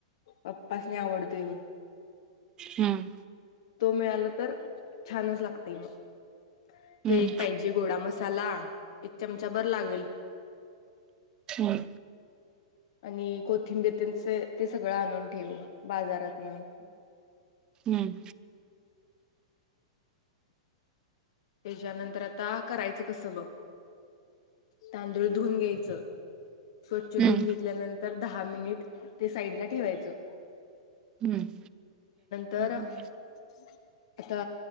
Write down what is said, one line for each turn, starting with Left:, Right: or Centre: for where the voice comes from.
Left: पप्पाास नाही आवडतोय गण
Right: हम्म
Left: तो मिळाला तर छानच लागते मग
Right: हम्म
Left: तो एक पाहिजे गोडा मस् चला एक चमचा भर लागेल
Right: हम्म
Left: आणि कोथिंबीरतेच ते सगळं आणून ठेवू बाजारात म
Right: हम्म
Left: त्याच्यानंतर आता करायचं कसं बघ तांदूळ धुऊून घ्यायचं स्वच्छ
Right: हम्म
Left: धुून घेतल्यानंतर दहा मिनिट ते साईडला ठेवायचं
Right: हम्म
Left: तर
Right: हम्म
Left: आता